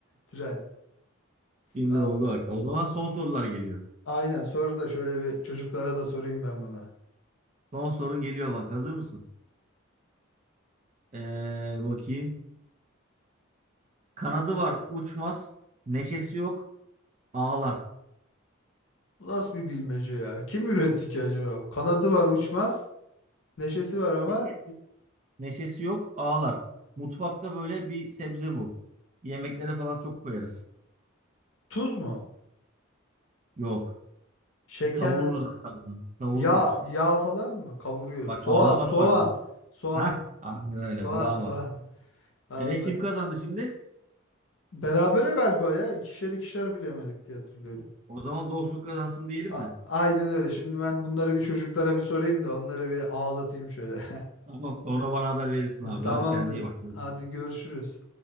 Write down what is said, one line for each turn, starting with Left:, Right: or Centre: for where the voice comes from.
Left: Tren.
Right: Şimdi
Left: Val-
Right: oldu bak. O zaman son sorular geliyor.
Left: Aynen sonra da şöyle bir çocuklara da sorayım ben bunu.
Right: Son sorun geliyor bak. Hazır mısın? Ee, bakayım. Kanadı var uçmaz. Neşesi yok ağlar.
Left: Bu nasıl bir bilmece ya? Kim üretti ki acaba? bu? Kanadı var uçmaz. Neşesi var ama
Right: Neşesi, neşesi yok, ağlar. Mutfakta böyle bir sebze bu. Yemeklere falan çok koyarız.
Left: tuz mu?
Right: Yok.
Left: Şeker,
Right: Kavururuz hatta bunu. Kavururuz.
Left: yağ, yağ falan mı? Kavuruyor.
Right: Bak
Left: Soğan,
Right: ağlamak
Left: soğan,
Right: var bak. <laughs>
Left: soğan,
Right: Hah. Aynen öyle.
Left: soğan,
Right: Bravo.
Left: soğan. <laughs> Allah.
Right: E kim kazandı şimdi?
Left: Berabere galiba ya. İkişer ikişer bilemedik diye hatırlıyorum.
Right: O zaman dostluk kazansın diyelim
Left: A-
Right: mi?
Left: aynen öyle. Şimdi ben bunları bir çocuklara bir sorayım da onları bir ağlatayım şöyle.
Right: Tamam sonra bana haber
Left: <laughs>
Right: verirsin abi.
Left: Tamamdır.
Right: Hadi kendine iyi bak. Görüşürüz.
Left: Hadi görüşürüz.